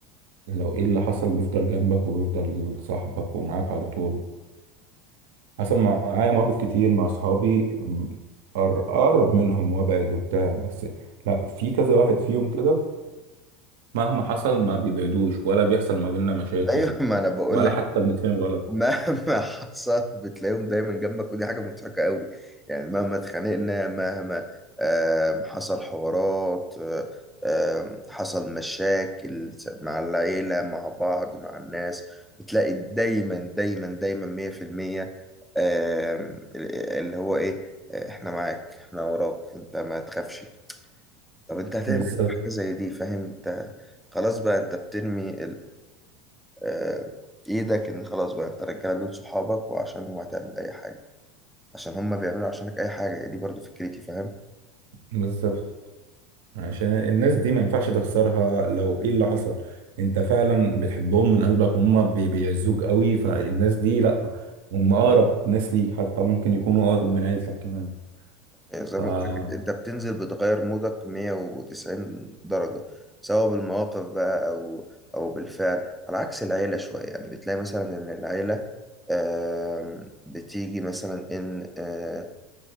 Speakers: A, on the right; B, in the centre.
A: لو ايه اللي حصل بيفضل جنبك وبيفضل صاحبك ومعاك على طول حصل معايا مواقف كتير مع اصحابي م- أر- اقرب منهم وابعد وبتاع بس لا في كذا واحد فيهم كده مهما حصل ما بيبعدوش ولا بيحصل ما بيننا مشاكل
B: ايوه ما انا بقول
A: ولا حتى بنتفاهم غلط
B: مهما <laughs> حصل بتلاقيهم دايما جنبك ودي حاجة مضحكة قوي يعني مهما اتخانقنا مهما آم، حصل حوارات آه، آم، حصل مشاكل مع العيلة مع بعض مع الناس بتلاقي دايما دايما دايما مية في المية آم، اللي هو ايه آه، احنا معاك احنا وراك انت ما تخافش طب انت هتعمل
A: بالظبط
B: إيه في حاجة زي دي فاهم انت خلاص بقى انت بترمي آه، ايدك ان خلاص بقى انت رجاله دول صحابك وعشانهم هتعمل اي حاجه عشان هم بيعملوا عشانك اي حاجه هي دي برضو فكرتي فاهم
A: بالظبط عشان الناس دي ما ينفعش تخسرها لو ايه اللي حصل انت فعلا بتحبهم من قلبك وهم بي- بيعزوك قوي فالناس دي لا هم اقرب ناس ليك حتى ممكن يكونوا اقرب من عيلتك كمان
B: يعني زي
A: فما
B: ما قلت لك انت بتنزل بتغير مودك 190 درجه سواء بالمواقف بقى او او بالفعل على عكس العيله شويه يعني بتلاقي مثلا ان العيله آم، بتيجي مثلا ان آه،